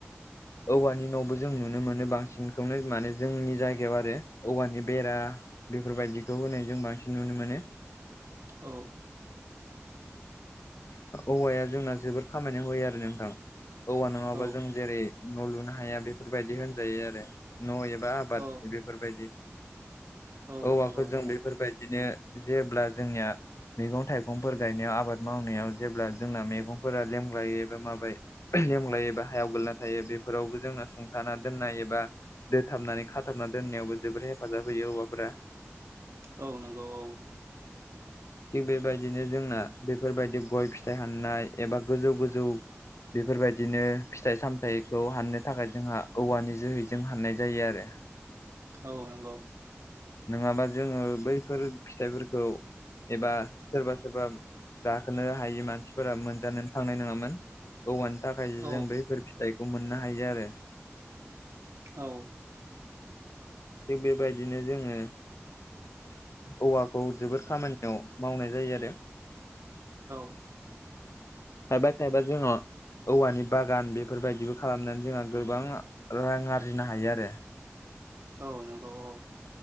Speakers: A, on the left (about 80°); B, on the right (about 75°).
A: औवानि न'बो जों नुनो मोनो बांसिन बेखौनो माने जोंनि जायगायाव आरो औवानि बेरा बेफोर बायदिखौ होनाय जों बांसिन नुनो मोनो।
B: औ
A: औवाया जोंना जोबोर खामानियाव होयो आरो नोंथां। औवा नङाबा
B: औ
A: जों जेरै न' लुनो हाया बेफोर बायदि होनजायो आरो। न' एबा आबाद
B: औ
A: बेफोर बायदि
B: औ
A: औवाखौ
B: नंगौ नोंथां
A: जों बेफोर बायदिनो जेब्ला जोंनिया मैगं थाइगंफोर गायनायाव आबाद मावनायाव जेब्ला जोंना मैगंफोरा लेमग्लायो एबा माबाय लेमलायो एबा हायाव गोलैना थायो बेफोरावबो जोंना सुंथाना दोननाय एबा दोथाबनानै खाथाबना दोननायावबो जोबोर हेफाजाब होयो औवाफोरा
B: औ नंगौ औ
A: थिग बेबायदिनो जोंना बेफोर बायदि गय फिथाइ हाननाय एबा गोजौ गोजौ बेफोर बायदिनो फिथाइ सामथाइखौ हाननो थाखाय जोंहा औवानि जोहैजों हाननाय जायो आरो।
B: औ नंगौ।
A: नोङाबा जोङो बैफोर फिथाइफोरखौ एबा सोरबा सोरबा गाखोनो हायि मानसिफोरा मोनजानो थांनाय नङामोन। औवानि थाखायसो
B: औ
A: जों बैफोर फिथाइखौ मोननो हायो आरो।
B: औ
A: थिग बेबायदिनो जोङो औवाखौ जोबोर खामानियाव मावनाय जायो आरो।
B: <inaudible>
A: खायफा खायफा जोंनाव औवानि बागान बेफोरबायदिबो खालामनानै जोंहा गोबां रां आरजिनो हायो आरो।
B: औ नंगौ औ